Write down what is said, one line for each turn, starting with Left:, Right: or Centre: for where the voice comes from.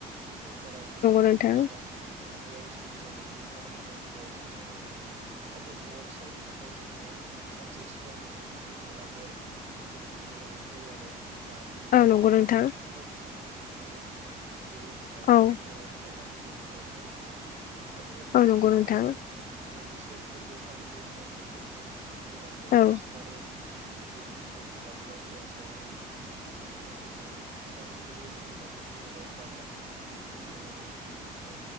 Right: फुंथाराव गोजां बोथोरनि
Left: नोंथां
Right: सम दा बेयाव जों गोजांनायखौ होखारनो थाखाय अर सायनो गोनां जायो। दा बे अर सायनो थाखाय जोङो सानसे सिगांनो जों माने बेलागर जोङो लुना लानाय जायो आरो। जाहाथे जोंनाव अखानायै
Left: नंगौ नोंथां
Right: जों फुङाव सिखारनानै दुगैनानै बे बेलागुराव
Left: औ
Right: अर सावनानै जोङो अर सायनो हायो दा बेबायदिखौबो
Left: नंगौ
Right: जोङो
Left: नोंथां
Right: जों बोसोरफ्रोमबो फालिबोबाय थानाय नुनो मोनो जोंना फुङाव
Left: औ
Right: सिखारो बेनि निफाय दुगैयो बिनिफ्राय बेलागुराव अर सावो बिनिफ्राय जोङो फिथाफोरखौबो उफेलागुरनि अराव गारनानै जोङो ओ